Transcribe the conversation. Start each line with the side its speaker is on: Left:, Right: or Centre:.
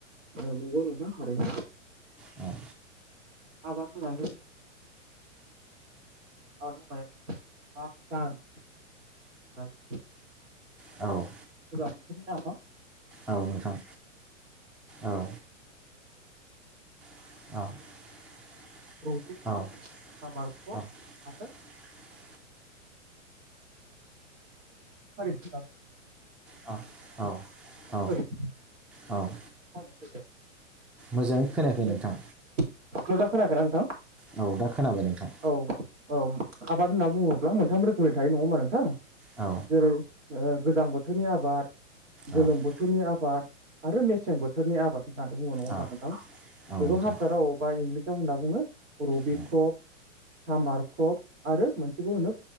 Right: नंगौ नोंथां थारैनो
Centre: औ
Right: आबा खोमाला आबाद मावनाय बा दान गोजां
Centre: औ
Right: बोथोरनि आबाद
Centre: औ नोंथां औ। औ औ
Right: रबिखौ सामारखौ
Centre: औ।
Right: आरो हारि फला
Centre: औ औ औ
Right: खरिब
Centre: औ।
Right: मावनाय जायो
Centre: मोजाङै खोनायाखै
Right: आरो
Centre: नोंथां
Right: मोजां खोनायाखैना नोंथां?
Centre: औ दा खोनाबाय नोंथां
Right: औ आबाद होनना बुङोब्ला मोनथाम रोखोमनि थायो नङा होनोमा नोंथां
Centre: औ
Right: जेरै गोजां बोथोरनि आबाद गोलोम
Centre: औ
Right: बोथोरनि आबाद आरो मेसें बोथोरनि आबाद होननानै बुङो नङा होमबा
Centre: औ
Right: नोंथां
Centre: औ नोंथां
Right: बेखौ हारसा राव बा इंलिसाव होनना बुङो रबि
Centre: औ
Right: क्रप सामार क्रप आरो मोनसेखौ होनो